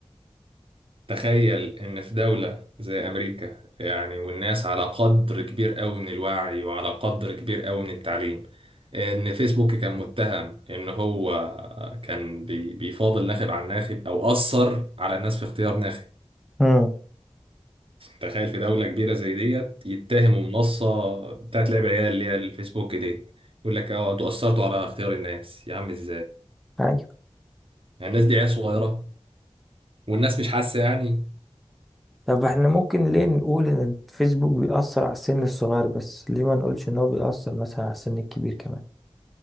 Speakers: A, on the right; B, in the centre.
A: تخيل إن في دولة زي أمريكا يعني والناس على قدر كبير أوي من الوعي وعلى قدر كبير أوي من التعليم إن فيسبوك كان متهم إن هو كان بي- بيفاضل ناخب عن ناخب أو أثر على الناس في اختيار ناخب
B: امم
A: تخيل في دولة كبيرة زي ديت يتهموا منصة بتاعت لعب عيال اللي هي الفيسبوك دي يقول لك اه انتوا أثرتوا على اختيار الناس يا عم ازاي
B: عادي
A: يعني الناس دي عيال صغيرة والناس مش حاسة يعني
B: طب احنا ممكن ليه نقول ان الفيسبوك بيأثر على السن الصغير بس ليه ما نقولش ان هو بيأثر مثلا على السن الكبير كمان